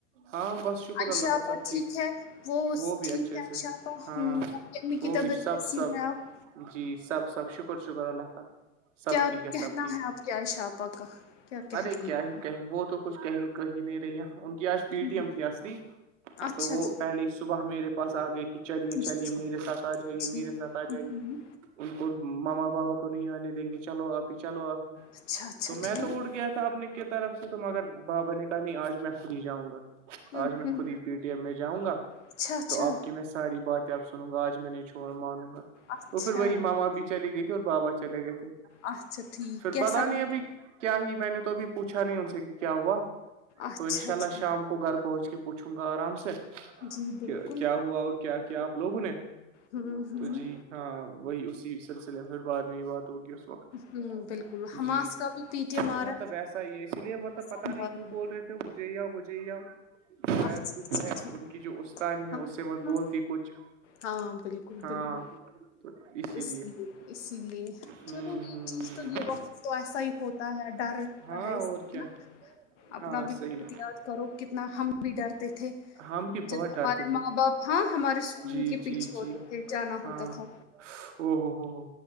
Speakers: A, on the right; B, on the left.
A: ہاں بس شکر
B: عائشا
A: کا
B: اللہ
A: سب
B: ٹھیک ہے وہٹھیک
A: وہ بھی اچھے
B: <inaudible> اچھا
A: سے
B: ہ
A: ہاں
B: م
A: وہ
B: کی طبیعت
A: بھی سب
B: ہی ہسی
A: سب
B: ہے <inaudible>
A: جی سب سب شکر شکر اللہ کا سب
B: کیا
A: ٹھیک ہے
B: کہنا
A: سب ٹھیک ہے
B: آپ کے عائشہ آپا کا کیا کہہ
A: ارے
B: رہی
A: کیا
B: ہے
A: ہی کہیں وہ تو کچھ کہیں کہیں نہیں رہی ان کی آج پی
B: ہوں
A: ٹی ایم تھی اصلی
B: اچھا
A: تو وہ
B: جی
A: پہلے صبح میرے بس آ گئے کہ چلیے
B: جی
A: چلیے
B: جی
A: میرے ساتھ آ جائیے
B: جی
A: میرے ساتھ آ جائیے
B: ہوں
A: ان کو ماما بابا کو نہیں آنے دیں گے چلو ابھی چلو
B: اچھا اچھا
A: تو میں
B: ٹھیک
A: تو اٹ گیا تھا اپنے کی طرف سے تو مگر بابا نے کہا نہیں آج میں پلی جاؤں گا
B: ہوں
A: آج میں
B: ہوں
A: خود ہی پی ٹی ایم میں جاؤں گا
B: اچھا اچھا
A: تو آپ کی میں ساری باتیں آ سنوں گا آج میں نہیں چھوڑ مانوں گا
B: اچھا
A: وہ پھر وہی ماما بھی چلیے گئے تھے اور بابا چلے گئے تھے
B: اچھا ٹھیک
A: پھر
B: کیسا
A: پتا نہیں
B: رہا
A: ابھی کیا ہی میں نے تو ابھی پوچھا نہیں ان سے کہ کیا ہوا
B: اچھا
A: تو ان شاء اللہ
B: جی
A: شام کو گھر پہنچ کے پوچھوں گا آرام سے
B: جی بالکل
A: کہ کیا ہوا اور کیا کیا آپ لوگوں نے
B: ہوں ہوں
A: تو جی ہاں وہی اسی سلسلے میں پھر بعد میں ہی بات ہوگی اس وقت
B: ہوں بالکل حماس
A: جی
B: کا بھی پی ٹی
A: وہ
B: ایم آ
A: تو مطلب
B: رہا
A: ویسا ہی ہے اسی لیے مطلب
B: سموار
A: پتا نہیں کیوں
B: کو
A: بول رہے تھے مجھے آؤ مجھے ہی آؤ شاید
B: اچھا،
A: کچھ
B: اچھا،
A: جو ہے
B: ٹھیک
A: ان کی جو استاانی ہے
B: ہم
A: اس سے
B: اتنا
A: مت بولتی کچھ
B: ہاں بالکل
A: ہاں
B: بالکل
A: تو اسی
B: اس لیے اسی لیے
A: ہ
B: چلو یہ
A: ہ
B: چیز تو یہ وقت تو ایسا ہی ہوتا ہے ڈر رہتا
A: ہاں
B: ہے اس
A: اور
B: لیے
A: کیا
B: نا اپنا
A: ہاں
B: بھی
A: صحیح
B: وقت یاد کرو کتنا ہم بھی ڈرتے تھے
A: ہم بھی
B: جب
A: بہت
B: ہمارے
A: ڈرتے تھے
B: ماں باپ ہاں ہمارے اسکول
A: جی
B: کے پیچھے
A: جی
B: ہوتے
A: جی
B: تھے جانا ہوتا
A: ہاں
B: تھا
A: ا ہو ہو ہو